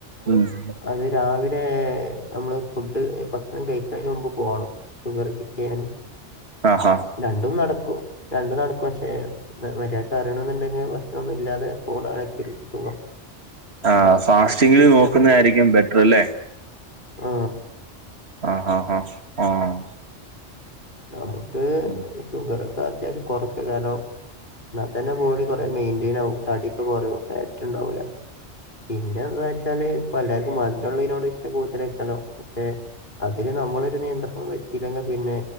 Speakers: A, on the right; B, on the left.
A: മ്ഹ്
B: അത് രാവി ലെ നമ്മള് ഫുഡ് ഭക്ഷണം കഴിക്കണെന് മുമ്പ് പോണം ഷുഗറ് ചെക്ക് ചെയ്യാന്
A: ആഹാ
B: രണ്ടും നടക്കും രണ്ടും നടക്കും പക്ഷെ മര്യാദക്ക് അറിയണം എന്നുണ്ടെങ്കിൽ ഭക്ഷണോന്നും ഇല്ലാതെ പോണതായിരിക്കും ഒരു സുഖം
A: ആഹ് ഫാസ്റ്റിങ്ങില്
B: പിന്നെ
A: നോക്കുന്നതായിരിക്കും ബെറ്റർ അല്ലേ
B: മ്ഹ്
A: ആഹ് ഹാ ഹാ ആഹ്
B: നമുക്ക്
A: ഉം.
B: ഷുഗർ ഒക്കെ അത്യാവശ്യം കൊറക്ക കാരണം എന്നാ തന്നെ ബോഡി കൊറേ മെയിന്റെയ്ൻ ആകും തടിയൊക്കെ കൊറയും ഫാറ്റ് ഇണ്ടാവൂല പിന്നെ എന്താ വെച്ചാല് ഇപ്പ എല്ലാവർക്കും മധുരമുള്ളതിനോട് ഇഷ്ടം കൂടുതലായിരിക്കല്ലോ പക്ഷെ അതില് നമ്മളൊരു നിയന്ത്രണം വെച്ചില്ലെങ്കിൽ പിന്നെ